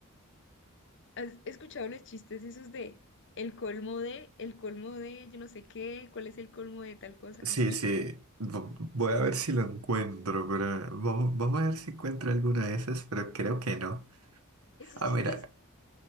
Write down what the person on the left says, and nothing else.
¿Has escuchado los chistes esos de el colmo de, el colmo de, yo no sé qué, cuál es el colmo de tal cosa,
así?
Esos
chistes,